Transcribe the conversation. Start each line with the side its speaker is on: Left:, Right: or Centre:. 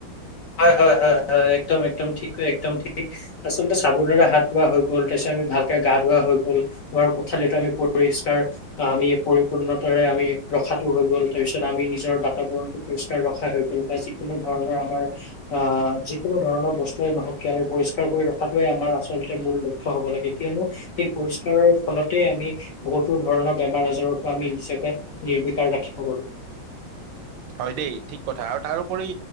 Left: হয় হয় হয় হয় হয় একদম একদম ঠিক একদম ঠিক আচলতে চাবোনেৰে হাত ধোৱা হৈ গ'ল তাৰপিছত আমি ভালকে গা ধোৱাা হৈ গল আমাৰ কোঠালিো আমি পৰিষ্কাৰ আমি পৰিপূৰ্ণতাৰে আমি ৰখাো হৈ গ'ল তাৰপিছত আমি নিজৰ বাতাবৰণটো পৰিসকাৰ ৰখা হৈ গল বা যিকোনো ধৰণৰ আমাৰ। আহ যিকোনো ধৰণৰ বস্তুৱে নহওক আমি পৰিষ্কাৰ কৰি ৰখাটোৱে আমাৰ আচলতে মূল লক্ষ্য হব লাগে কিয়নো এই পৰিষ্কাৰৰ ফলতেই আমি বহুতো ধৰণৰ বেমাৰ আজাৰৰ পৰা আমি নিজকে নিৰ্বিকাৰ ৰাখিব পাৰো।
Right: হয় দেই ঠিক কথা আৰু তাৰোপৰি